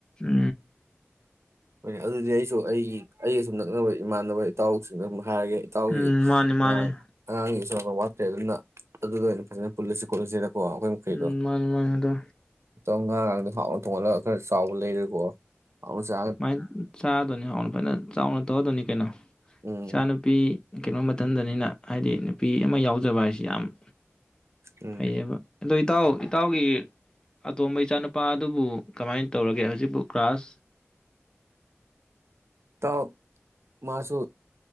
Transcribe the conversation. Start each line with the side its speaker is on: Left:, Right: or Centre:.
Left: ꯎ
Right: ꯍꯣꯏ ꯑꯗꯨꯗꯤ ꯑꯩꯁꯨ ꯑꯩꯒꯤ ꯑꯩꯒ ꯁꯨꯝ ꯅꯛꯅꯕ ꯏꯃꯥꯟꯅꯕ ꯏꯇꯥꯎꯁꯤꯡꯅ ꯍꯥꯏꯔꯒꯦ ꯏꯇꯥꯎꯒꯤ
Left: ꯎꯝ ꯃꯥꯅꯤ ꯃꯥꯅꯤ
Right: ꯑꯉꯥꯡ ꯑꯉꯥꯡꯒꯤ ꯆꯨꯔꯀꯨꯔꯟ ꯋꯠ ꯑꯗꯨꯅ ꯑꯗꯨꯗ ꯑꯣꯏꯅ ꯐꯖꯅ ꯄꯨꯜꯂꯁꯤ ꯈꯣꯠꯂꯁꯤ ꯀꯣ ꯑꯩꯈꯣꯏ ꯃꯈꯩꯗꯣ
Left: ꯎꯝ ꯃꯥꯅꯤ ꯃꯥꯅꯤ ꯑꯗꯣ
Right: ꯑꯗꯣ ꯉꯥꯒꯗꯣ ꯍꯥꯎ ꯊꯣꯑꯂꯛ ꯈꯔ ꯆꯥꯎꯕ ꯂꯩꯔꯦꯀꯣꯅ ꯆꯥ
Left: ꯃꯥꯏ ꯆꯥ ꯆꯥꯎꯅ ꯇꯧꯔꯗꯅꯤ ꯀꯩꯅꯣ
Right: ꯎꯝ
Left: ꯆꯥꯅꯨꯄꯤ ꯀꯩꯅꯣ ꯃ ꯇꯝꯊꯟꯗꯅꯤꯅ ꯍꯥꯏꯗꯤ ꯅꯨꯄꯤ ꯑꯃ ꯌꯥꯎ ꯖꯕꯥꯥꯏꯁꯤ ꯌꯥꯝ
Right: ꯎꯝ
Left: ꯐꯌꯦꯕ ꯏꯇꯥꯎ ꯏꯇꯥꯎꯒꯤ ꯑꯇꯣꯝꯕ ꯏꯆꯥꯅꯨꯄꯥ ꯑꯗꯨꯕꯨ ꯀꯃꯥꯏꯅ ꯇꯧꯔꯒꯦ ꯍꯧꯖꯤꯛꯄꯨ ꯀ꯭ꯂꯥꯁ
Right: ꯇꯥꯎ ꯃꯥꯁꯨ